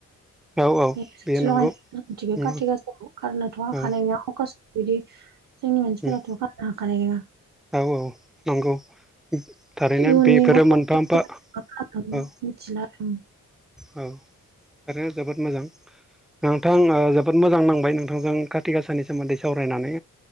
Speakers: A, in the centre; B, on the right.
A: औ औ
B: बेथि
A: बेयो
B: लायथि
A: नंगौ उम
B: कथि गासाखौ गारनोथ'
A: औ
B: हानाय नङा बिदि जोंनि मानसिफोराथ'
A: उम
B: गारनो हाखानाय नङा
A: औ औ नंगौ थारैनो
B: इयुननि
A: बेफोरो
B: गथ'
A: मोनफा
B: गथायफोरा
A: मोनफा
B: मा खालामलांदों
A: औ
B: मिथिला आरो
A: औ थारैनो जोबोद मोजां नोंथां ओ जो जोबोद मोजां नांबाय नोंथांजों खाथि गाासानि सोमोन्दै सावरायनानै